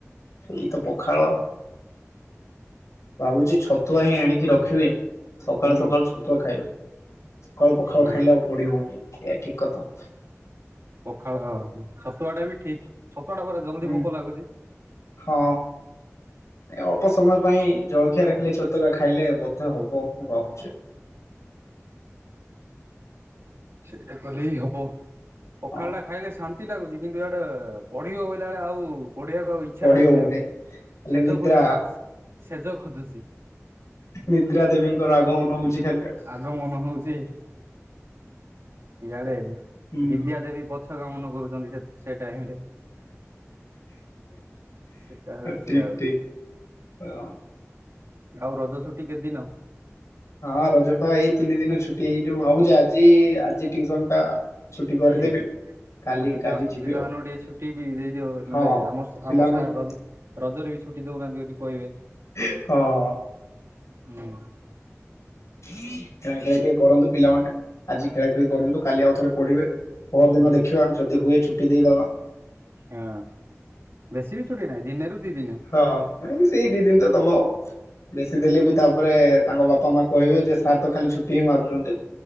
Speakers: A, on the left; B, on the right.
A: ସେଇ ତ ପଖାଳ। ଭାବୁଛି ଛତୁଆ ହିଁ ଆଣିକି ରଖିବି ସକାଳୁ
B: ହୁଁ
A: ସକାଳୁ ଛତୁଆ ଖାଇବି। ସକାଳୁ ପଖାଳ
B: ହୁଁ
A: ଖାଇଲେ ଆଉ ପଢି ହଉନି ଏଇଆ ଠିକ କଥା।
B: ପଖାଳ ହଁ ଛତୁଆ ଟା ବି ଠିକ ଛତୁଆ ଟା ପରା ଜଲଦି
A: ହୁଁ
B: ଭୋକ ଲାଗୁଛି।
A: ହଁ। ଏ ଅଳ୍ପ ସମୟ ପାଇଁ ଜଳଖିଆ ରଖିଲେ ଛତୁଆ ଖାଇଲେ ବୋଧ ହବ। କ ମୁଁ ଭାବୁଛି
B: ସେଟା କଲେବି ହବ। ପଖାଳ
A: ହଁ
B: ଟା ଖାଇଲେ ଶାନ୍ତି ଲାଗୁଛି କିନ୍ତୁ ଏଆଡେ ପଢିବ ବଇଲା ବେଳେ ଆଉ ପଢିବାକୁ ଆଉ ଇ
A: ପଢି
B: ଛା ଡାକୁନି
A: ହଉନି।
B: ଆଉ
A: ଖାଲି
B: ସେଜ
A: ନିଦ୍ରା
B: ଖୋଜୁଛି ସେଜ ଖୋଜୁଛି।
A: ନିଦ୍ରା ଦେବୀଙ୍କର ଆଗମନ ହଉଛି ଖାଲି ଆଉ।
B: ଆଗମନ ହଉଛି। ଇଆଡେ
A: ହୁଁ
B: ବିଦ୍ୟା ଦେବୀ ପଛ ଗାମନ କରୁଛନ୍ତି ସେ ଟାଇମରେ। ସେଟା ହଉଛି
A: ଠିକ
B: ଆଉ।
A: ଠିକ <unintelligible>
B: ଆଉ ରଜ ଛୁଟି କେତେଦିନ?
A: ହଁ ରଜ ପା ଏଇ ତିନି ଦିନ ଛୁଟି ହେଇଯିବ ଭାବୁଛି ଆଜି ଆଜି ଟ୍ୟୁସନ ଟା ଛୁଟି କରିଦେବି।
B: ଛୁଟି
A: କାଲି
B: ଆଉ ପିଲା
A: କାଲି ଯିବି
B: ପିଲାମାନଙ୍କୁ
A: ଆଉ
B: ଟିକେ ଛୁଟି ବି ଦେଇଦିଅ
A: ହଁ
B: ନହେଲେ ଆମ
A: ପିଲାମାନଙ୍କୁ
B: ଆମ ସାର୍ ର- ରଜରେ ବି ଛୁଟି ଦଉନାହାନ୍ତି ବୋଲି କହିବେ।
A: ହଁ।
B: ହୁଁ।
A: ଖେଳାଖେଳି ଟିକେ କରନ୍ତୁ ପିଲାମାନେ ଆଜି ଖେଳାଖେଳି କରନ୍ତୁ କାଲି ଆଉ ଥରେ ପଢିବେ। ପର
B: ହୁଁ
A: ଦିନ ଦେଖିବା ଯଦି ହୁଏ ଛୁଟି ଦେଇଦବା।
B: ହଁ ବେଶୀ ବି ଛୁଟି ନାହିଁ ଦିନେରୁ ଦି ଦିନି।
A: ହଁ ନାଇଁ ସେଇ ଦି ଦିନ ତ ଦବ ଆଉ। ବେଶୀ ଦେଲେ ବି ତାପରେ ତାଙ୍କ ବାପା ମା କହିବେ ଯେ ସାର୍ ତ ଖାଲି ଛୁଟି ହିଁ ମାରୁଛନ୍ତି।